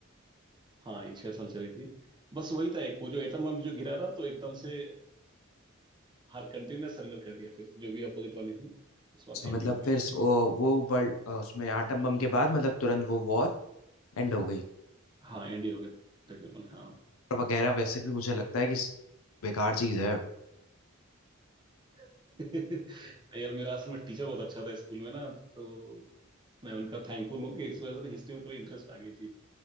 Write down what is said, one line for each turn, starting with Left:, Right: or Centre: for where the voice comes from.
Right: हाँ ये छह साल चली थी बस वही था एक वो जो एटम बम जो गिरा ना तो एकदम से हर कंट्री ने सरेंडर कर दिया फिर जो भी अपोजिट वाली थी उस वहां
Left: अच्छा
Right: से एंड
Left: मतलब
Right: ही हो गया
Left: फिर
Right: वो
Left: स- वो वो वर्ल्ड अ, उसमें एटम बम के बाद मतलब तुरंत वो वॉर एंड हो गई
Right: हाँ एंड ही हो गया तकरीबन हाँ
Left: और वगैरह वैसे भी मुझे लगता है कि बेकार चीज है
Right: <laughs> नहीं यार मेरा असल में टीचर बहुत अच्छा था स्कूल में ना तो मैं उनका थैंकफुल हूँ कि इस वजह से हिस्ट्री में थोड़ी इंटरेस्ट आ गई थी